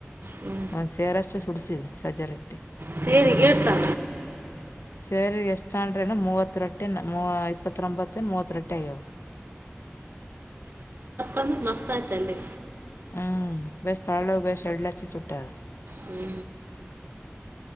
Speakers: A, on the right; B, on the left.
A: ಹ್ಞೂ
B: ಒಂದು ಸೇರಷ್ಟು ಸುಡಿಸಿ ಸಜ್ಜ ರಟ್ಟಿ
A: ಸೇರಿ ಹೇಳ್ತಾ
B: ಸೇರಿ ಎಷ್ಟು ತಂಡ್ರೇನು ಮೂವತ್ತು ರೊಟ್ಟಿನಿನ ಇಪ್ಪತ್ತೊಂಬತ್ತಿನ ಮೂವತ್ತು ರೊಟ್ಟಿ ಆಗ್ಯವು
A: ಆತ್ ಮಸ್ತ ಆತಲ್ಲಿ
B: ಹ್ಮ ಬಯ್ ತಥಳ ಬ ಶೆಡ್ಲಚೆ ಸಟ್ಟೆದ
A: ಹ್ಞೂ